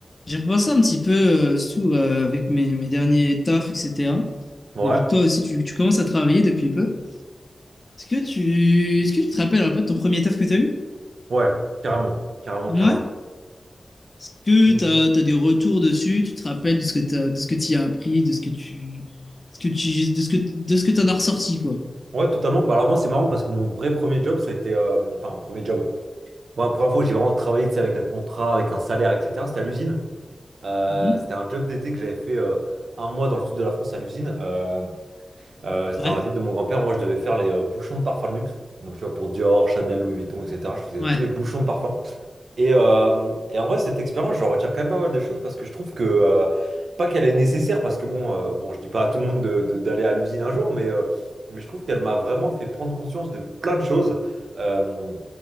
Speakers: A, on the left; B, on the right.
A: J'ai repensé un petit peu euh, sous, euh, avec mes, mes derniers tafs, etc.
B: Ouais,
A: Et vu que toi aussi, tu, tu commences à travailler depuis peu, est-ce que tu, est-ce que tu te rappelles un peu de ton premier taf que tu as eu?
B: ouais, carrément, carrément,
A: Ouais.
B: carrément.
A: Est-ce que
B: Mm.
A: tu as, des retours dessus? Tu te rappelles de ce que t'as, de ce que tu as appris, de ce que tu, ce que tu, de ce que, de ce que tu en as ressorti, quoi.
B: Ouais, totalement. Bah alors moi c'est marrant parce que mon vrai premier job, ça a été, euh, enfin premier job. Moi, la première fois où j'ai vraiment travaillé, tu sais, avec un contrat, avec un salaire, etc. C'était à l'usine. Euh,
A: Mhm.
B: c'était un job d'été que j'avais fait euh, un mois dans le sud de la France à l'usine. Euh, euh, c'était
A: Ouais.
B: dans la ville de mon grand-père. Moi, je devais faire les euh, bouchons de parfum de luxe. Donc tu vois pour Dior, Chanel, Louis Vuitton, etc. Je faisais
A: Ouais.
B: tous les bouchons de parfum. Et, euh, et en vrai, cette expérience, je retiens quand même pas mal de choses parce que je trouve que, euh, pas qu'elle est nécessaire, parce que bon, euh, bon, je dis pas à tout le monde de- de- d'aller à l'usine un jour, mais, euh, mais je trouve qu'elle m'a vraiment fait prendre conscience de plein de choses. Euh,